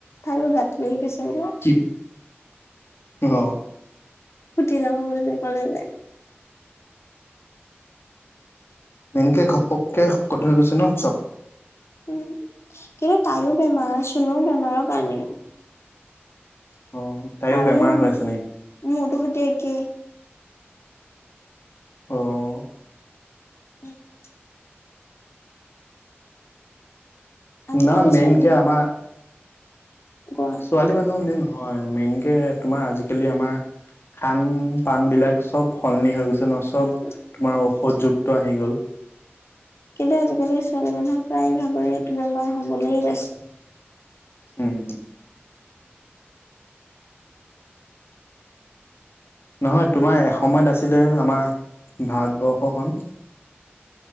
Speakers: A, on the left; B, on the left.
A: তাইৰো গাত লাগি গৈছে বোলে।
B: কি অ'।
A: উঠি যাব বোলি ক'লে তাই।
B: মেইনকে, ঘপকে শকত হৈ গৈছে ন চব।
A: উম, কিন্তু তাইও বেমাৰ, চোনোৰ বেমাৰৰ কাৰণে।
B: অ'। তাইও
A: আৰু,
B: বেমাৰ হৈ আছে নেকি
A: মোৰতো সৈতে একেই।
B: অ'।
A: <inaudible> আজিকালি
B: না, মেইনকে
A: ছোৱালী মানুহ
B: আমাৰ
A: গোৱা
B: ছোৱালী মানুহ বুলি নহয়, মেইনকে তোমাৰ আজিকালি আমাৰ খান-পান বিলাক চব সলনি হৈ গৈছে ন, চব
A: উম
B: তোমাৰ ঔষধযুক্ত আহি গ'ল।
A: কিন্তু আজিকালি ছোৱালী মানুহৰ, প্ৰায় ভাগৰে এইটো বেমাৰ হ'বলে লৈছে।
B: উম। নহয়, তোমাৰ এসময়ত আছিলে, আমাৰ ভাৰতবৰ্ষখন।